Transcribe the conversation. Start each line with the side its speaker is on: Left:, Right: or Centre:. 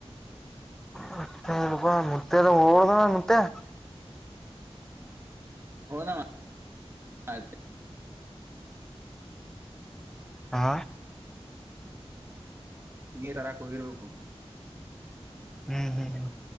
Centre: ಮತ್ತ ರೂಪಾಯ ಮುತ್ಯೆ ಹದಣ ಮತ್ಯ ಹೌ
Right: ಹದ ಹಾ
Centre: ಹಾ
Right: ಹಿಂಗೆ ತರಾಕ್ ಹೋಗಿರ್ಬೇಕು
Centre: ಹ್ಮ್ ಹ್ಮ್